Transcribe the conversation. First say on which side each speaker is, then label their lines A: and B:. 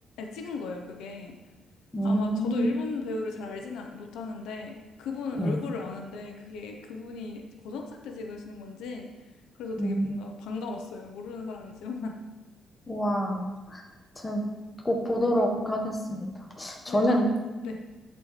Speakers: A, on the left; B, on the left.
A: 찍은 거예요, 그게.
B: 음,
A: 아마 저도 일본 배우를 잘 알지는 못하는데 그분은
B: 네.
A: 얼굴을 아는데 그게 그분이 고등학생 때 찍으시는 건지 그래서 되게
B: 음,
A: 뭔가 반가웠어요. 모르는 사람이지만. <laughs>
B: 와, 제가 꼭 보도록
A: 네.
B: 하겠습니다. 저는
A: 네, 나, 네.